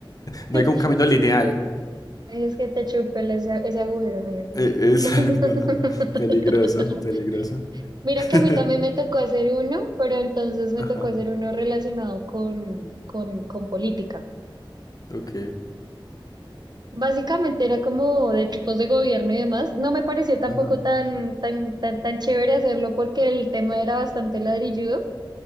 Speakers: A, on the left; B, on the right.
A: No
B: <laughs>
A: hay como un camino lineal. <laughs>
B: Es que te chupe el- ese, ese agujero negro, ¿no?
A: E-
B: <laughs>
A: Exacto, no. Peligroso, peligroso.
B: Mira
A: <laughs>
B: que a mí también me tocó hacer uno, pero entonces me
A: Ajá,
B: tocó hacer uno relacionado con, con, con política.
A: ok.
B: Básicamente era como de tipos de gobierno y demás. No me pareció tampoco
A: Ajá,
B: tan, tan, tan, tan chévere hacerlo porque el tema era bastante ladrilludo.